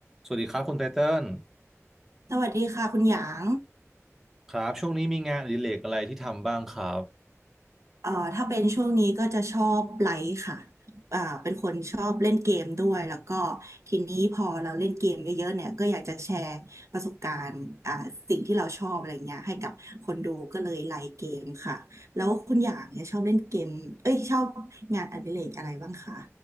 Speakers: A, in the centre; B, on the right.
A: สวัสดีครับคุณไทเติ้ล
B: สวัสดีค่ะคุณหยาง
A: ครับช่วงนี้มีงานอดิเรกอะไรที่ทำบ้างครับ
B: เอ่อถ้าเป็นช่วงนี้ก็จะชอบไลฟ์ค่ะอ่าเป็นคนชอบเล่นเกมด้วยแล้วก็ทีนี้พอเราเล่นเกมเยอะๆเนี่ยก็อยากจะแชร์ประสบการณ์อ่าสิ่งที่เราชอบอะไรเงี้ยให้กับคนดูก็เลยไลฟ์เกมค่ะแล้วคุณหยางเนี่ยชอบเล่นเกมเอ้ยชอบงานอดิเรกอะไรบ้างคะ